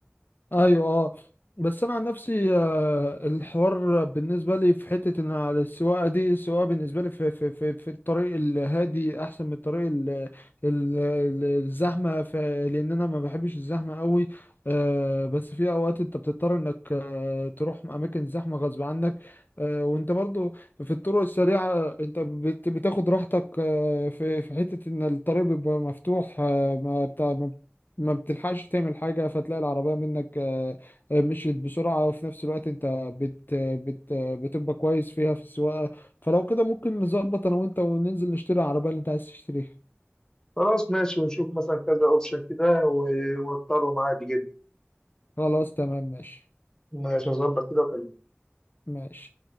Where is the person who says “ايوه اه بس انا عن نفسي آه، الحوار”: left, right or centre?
Left